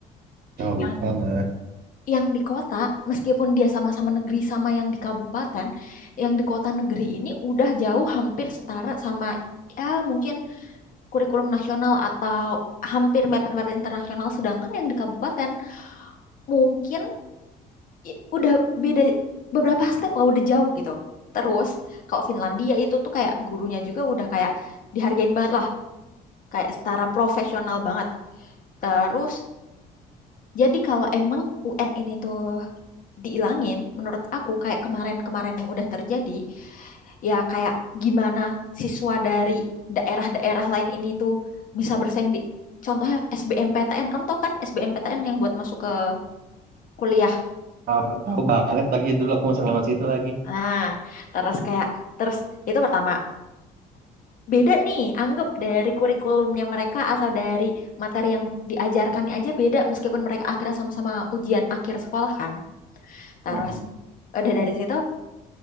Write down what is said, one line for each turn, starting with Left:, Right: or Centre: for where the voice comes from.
Right: jauh
Left: Yang
Right: banget.
Left: yang di kota meskipun dia sama-sama negeri sama yang di kabupaten, yang di kota negeri ini udah jauh hampir setara sama ya mungkin kurikulum nasional atau hampir mepet-mepet internasional sedangkan yang di kabupaten mungkin i- udah beda beberapa step lah udah jauh gitu. Terus kalau Finlandia itu tuh kayak gurunya juga udah kayak dihargain banget lah, kayak setara profesional banget. Terus jadi kalau emang UN ini tuh diilangin, menurut aku kayak kemarin-kemarin yang udah terjadi, ya kayak gimana siswa dari daerah-daerah lain ini tuh bisa bersaing di contohnya SBMPTN. Kamu tahu kan SBMPTN yang buat masuk ke kuliah.
Right: Tahu tahu banget lagi dulu aku masuk lewat situ lagi.
Left: Nah, terus kayak terus itu pertama. beda nih, anggap dari kurikulumnya mereka atau dari materi yang diajarkannya aja beda meskipun mereka akhirnya sama-sama ujian akhir sekolah kan. Terus
Right: Mm.
Left: udah dari situ